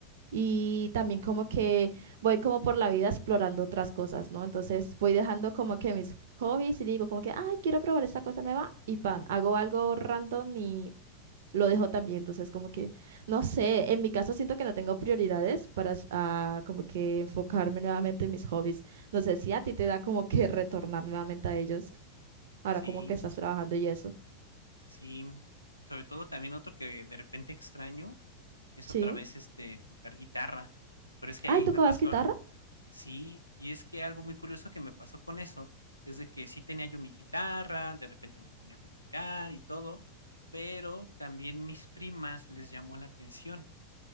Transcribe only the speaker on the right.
y también como que voy como por la vida explorando otras cosas, ¿no? Entonces voy dejando como que mis hobbies y digo como que, ay, quiero probar esta cosa nueva y pan, hago algo random y lo dejo también. Entonces como que, no sé, en mi caso siento que no tengo prioridades para s- ah, como que enfocarme nuevamente en mis hobbies. No sé si a ti te da como que retornar nuevamente a ellos. Ahora
como que estás trabajando y eso.
Sí.
Ay,
¿tocabas
guitarra?